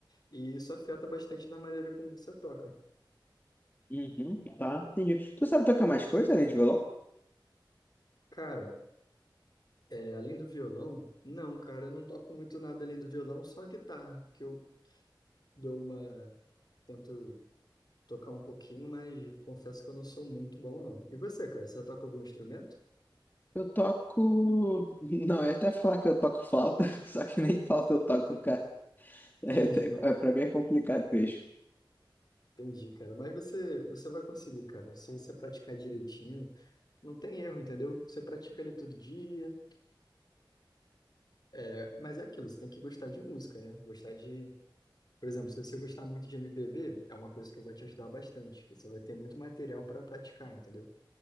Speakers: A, on the left; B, on the left.
A: E isso afeta bastante na maneira como você toca.
B: uhum, tá, entendi. Tu sabe tocar mais coisa além de violão?
A: Cara, é, além do violão, não, cara, eu não toco muito nada além do violão, só a guitarra, que eu dou uma, tento tocar um pouquinho, mas confesso que eu não sou muito bom, não. E você, cara, você toca algum instrumento?
B: Eu toco. <laughs> Não, eu ia até falar que eu toco flauta, <laughs> só que nem flauta eu toco, cara.
A: <laughs>
B: É,
A: Entendi.
B: até- é, pra mim é complicado mesmo.
A: Entendi, cara. Mas você, você vai conseguir, cara. Se você praticar direitinho, não tem erro, entendeu? Você pratica ali todo dia. É, Mas é aquilo, você tem que gostar de música, né? Gostar de. Por exemplo, se você gostar muito de MPB, é uma coisa que vai te ajudar bastante, porque você vai ter muito material para praticar, entendeu?